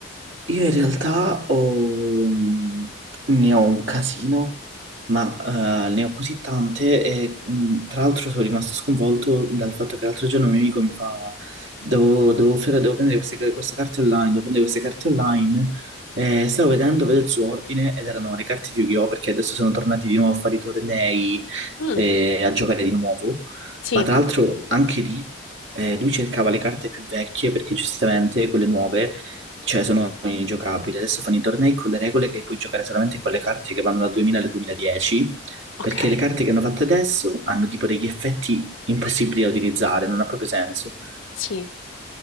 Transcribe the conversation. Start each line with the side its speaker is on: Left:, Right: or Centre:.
Right: Io in realtà ho, mh, ne ho un casino, ma eh, ne ho così tante e mh, tra l'altro sono rimasto sconvolto dal fatto che l'altro giorno un mio amico mi fa, devo, devo fare- devo prendere queste, queste carte online, devo prendere queste carte online, e stavo vedendo, vedo il suo ordine ed erano le carte di Yu-Gi-Oh! perché adesso sono tornati di nuovo a fare i tornei
Left: Mm,
Right: e a giocare di nuovo,
Left: sì,
Right: ma tra l'altro anche lì eh, lui cercava le carte più vecchie perché giustamente quelle nuove cioè sono ingiocabili. Adesso fanno i tornei con le regole che puoi giocare solamente con le carte che vanno dal 2000 al 2010,
Left: ok,
Right: perché le carte che hanno fatto adesso hanno tipo degli effetti impossibili da utilizzare, non ha proprio senso.
Left: sì.